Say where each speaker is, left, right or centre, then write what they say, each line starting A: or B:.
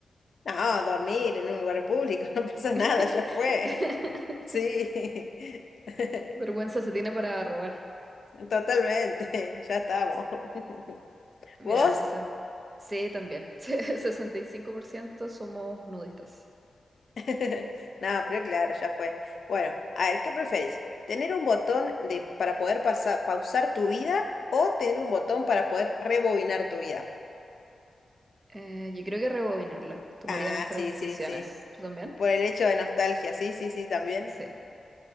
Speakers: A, on the left (about 70°); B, on the right (about 40°).
A: No, dormir en un lugar público, <laughs> no pasa
B: <laughs>
A: nada, ya fue. Sí. <laughs>
B: Vergüenza se tiene para robar.
A: Totalmente, ya estamos. <laughs>
B: Mira,
A: ¿Vos?
B: sesenta, Sí, también. <laughs> 65% somos nudistas.
A: <laughs> Nada, pero claro, ya fue. Bueno, a ver, ¿qué preferís? ¿Tener un botón de, para poder pasar, pausar tu vida o tener un botón para poder rebobinar tu vida?
B: Eh, yo creo que rebobinarla. Tomaría
A: Ah,
B: mejores
A: sí,
B: decisiones.
A: sí, sí.
B: ¿Tú también?
A: Por el hecho de nostalgia, sí, sí, sí, también.
B: Sí.